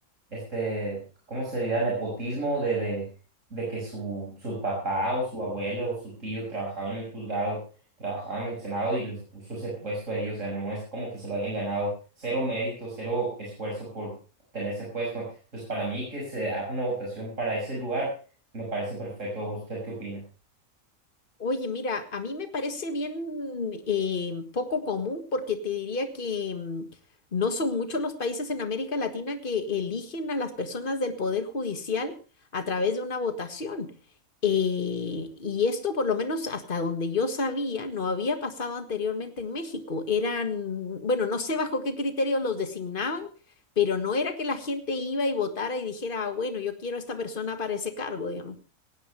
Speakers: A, on the right (about 60°); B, on the left (about 35°).
A: este, ¿cómo se dirá? Nepotismo de, de, de que su, su papá o su abuelo o su tío trabajaba en el juzgado, trabajaba en el Senado y les puso ese puesto ahí, o sea, no es como que se lo hayan ganado, cero mérito, cero esfuerzo por tener ese puesto. Entonces, para mí que se haga una votación para ese lugar me parece perfecto. ¿Usted qué opina?
B: Oye, mira, a mí me parece bien eh, poco común porque te diría que mm, no son muchos los países en América Latina que eligen a las personas del Poder Judicial a través de una votación. Eh, y esto, por lo menos hasta donde yo sabía, no había pasado anteriormente en México. Eran, bueno, no sé bajo qué criterios los designaban, pero no era que la gente iba y votara y dijera, "Ah, bueno, yo quiero a esta persona para ese cargo, digamos.